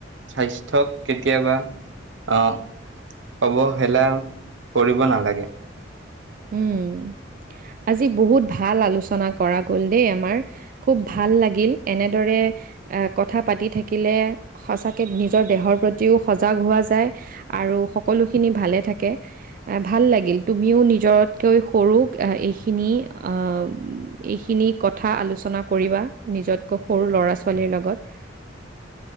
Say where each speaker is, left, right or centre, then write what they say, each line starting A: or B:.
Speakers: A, on the right; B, on the right.
A: স্বাস্থ্যক কেতিয়াবা অ অৱহেলা কৰিব নালাগে
B: উম আজি বহুত ভাল আলোচনা কৰা গ'ল দেই আমাৰ খুব ভাল লাগিল এনেদৰে এ কথা পাতি থাকিলে সঁচাকে নিজৰ দেহৰ প্ৰতিও সজাগ হোৱা যায় আৰু সকলো খিনি ভালে থাকে, এ ভাল লাগিল তুমিও নি নিজতকৈ সৰুক এইখিনি আহ এইখিনি কথা আলোচনা কৰিবা, নিজতকৈ সৰু ল'ৰা ছোৱালীৰ লগত।